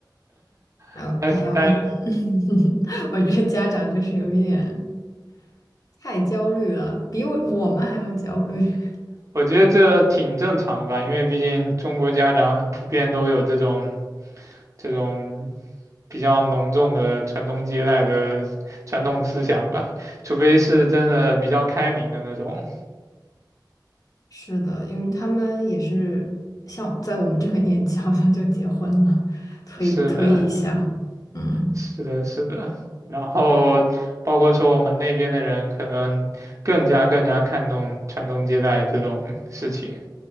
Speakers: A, on the left; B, on the right.
A: 哎呦哎呀，
B: <laughs> 但是但
A: 我 <laughs> 我觉得家长就是有一点。太焦虑了，比我我们还要焦虑。<laughs>
B: 我觉得这挺正常的吧，因为毕竟中国家长很普遍都有这种这种比较浓重的传宗接代的传统思想吧，除非是真的比较开明的那种。
A: 是的，因为他们也是像在我们这个年纪，好像就结婚了，推推一下，
B: 是的，
A: 嗯
B: 是的，是的。然后包括说我们那边的人可能更加更加看重传宗接代这种事情，